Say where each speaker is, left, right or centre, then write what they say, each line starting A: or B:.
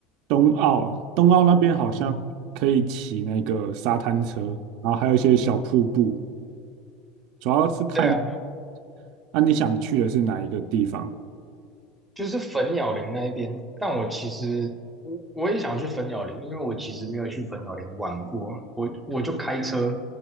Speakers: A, on the right (about 50°); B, in the centre.
A: 东澳，东澳那边好像可以骑那个沙滩车，
B: 嗯。
A: 然后还有一些小瀑布，主要是看
B: 对啊。
A: 那你想去的是哪一个地方？
B: 就是粉鸟林那一边，但我其实我我也想去粉鸟林，因为我其实没有去粉鸟林玩过，我我就开车